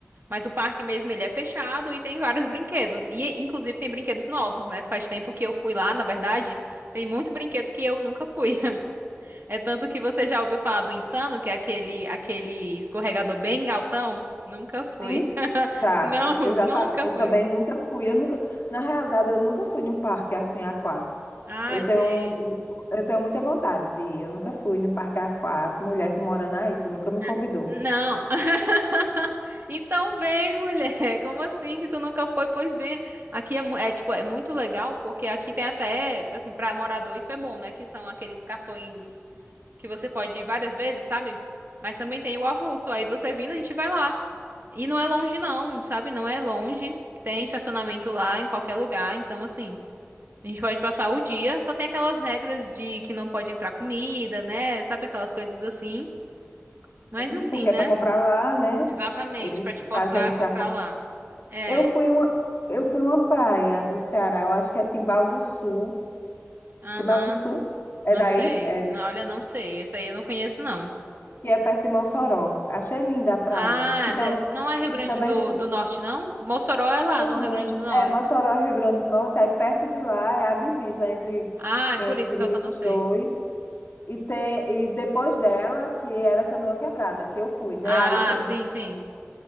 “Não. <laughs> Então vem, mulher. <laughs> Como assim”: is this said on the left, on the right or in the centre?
Right